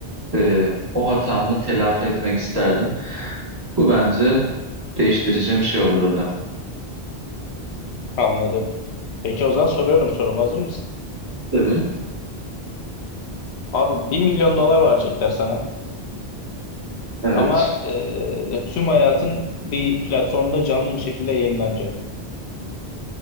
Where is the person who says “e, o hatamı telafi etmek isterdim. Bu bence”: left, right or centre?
Right